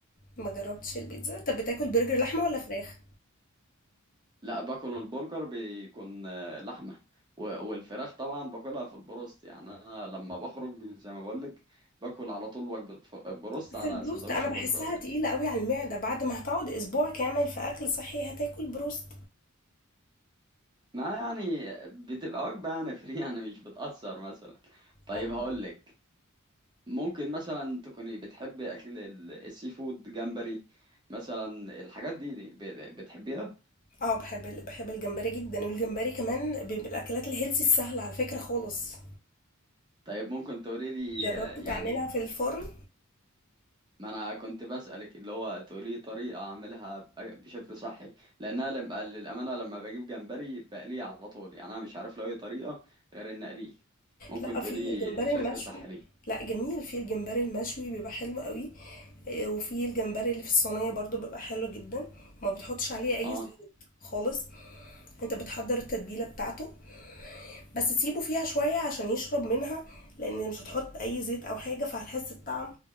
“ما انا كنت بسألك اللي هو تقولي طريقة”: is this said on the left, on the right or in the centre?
Right